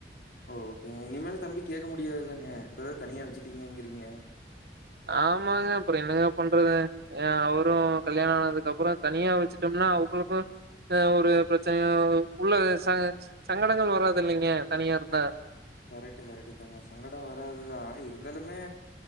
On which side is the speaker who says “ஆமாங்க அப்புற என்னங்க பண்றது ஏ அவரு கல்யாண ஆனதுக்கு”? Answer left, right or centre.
Right